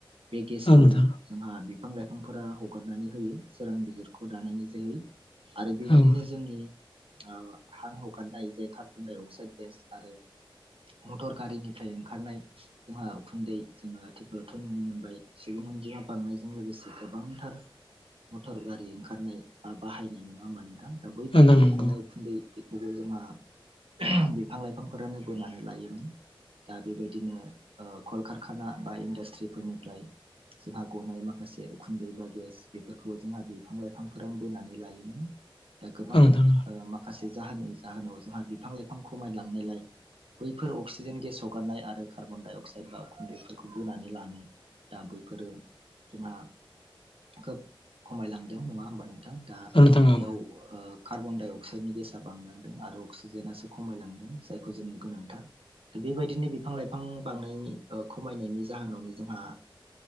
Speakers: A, on the right (about 80°); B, on the left (about 75°).
A: बे गेसखौ
B: नोंथां
A: जोंहा बिफां लाइफांफोरा हगारनानै होयो सोरां बिजिरखौ दानायनि जोहै आरो बेबायदिनो
B: औ
A: जोंनि ओ हां हगारनाय जे कारबडाइ अ अकसाइ गेस आरो मटर गारिनिफ्राय ओंखारनाय जोंहा उखुन्दै जोङो आथिखालावथ' नुनो मोनबाय सुबुं अनजिमा बांनायजों लोगोसे गोबांथार मटर गारि ओंखारनाय बा बाहायनाय नङा होमबा नोंथां? दा बैफोरनिफ्राय
B: नोंथां नंगौ
A: गनाय उखुन्दै बेखौबो जोंहा बिफां लाइफांफोरानो बोनानै लायोमोन। दा बेबायदिनो ओ कलकारखाना बा इन्डास्ट्रिफोरनिफ्राय जोंहा गनाय माखासे उखुन्दै बा गेस बेफोरखौबो जोंहा बिफां लाइफांफोर बोनानै लायोमोन। दा गोबां
B: औ नोंथां
A: ओ माखासे जाहोननि जाहोनाव जोंहा बिफां लाइफां खमायलांनायलाय बैफोर अक्सिजेन गेस हगारनाय आरो कार्बनडाइ अक्साइड बा उखुन्दैफोरखौ बोनानै लानो दा बैफोरो जोंहा खोब खमायलांदों नङा होमबा नों थां? दा
B: औ नोंथां औ
A: बेयाव ओ कार्बन डाइ अक्साइडनि गेस बांलांदों आरो अक्सिजेन जेनासो खमायलांदों जायखौ जोंनो गोनांथार। दा बेबायदिनो बिफां लाइफां बांनाय खमायनायनि जाहोनावनो जोंहा